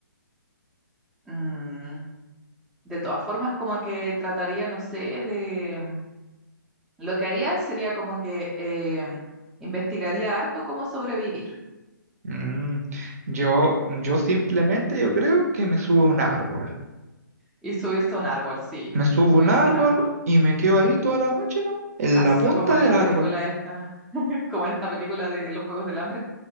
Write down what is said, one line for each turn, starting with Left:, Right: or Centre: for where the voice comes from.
Centre: Mm, de todas formas, como que trataría, no sé, de... mm, Lo que haría sería como que eh, mm, investigaría harto cómo sobrevivir
Right: Mm, yo, yo simplemente yo creo que me subo a un árbol.
Centre: y subirse a un árbol, sí,
Right: Me subo
Centre: subirse
Right: a un árbol
Centre: a un árbol.
Right: y me quedo ahí toda la noche, ¿no? En
Centre: Así
Right: la punta
Centre: como en
Right: del
Centre: la
Right: árbol.
Centre: película esta, <laughs> como en esta película de los Juegos del Hambre.